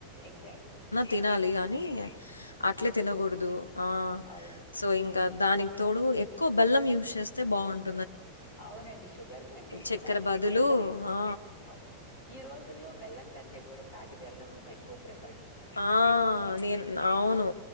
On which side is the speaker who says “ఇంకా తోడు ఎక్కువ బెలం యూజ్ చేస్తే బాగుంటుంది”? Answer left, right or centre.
Left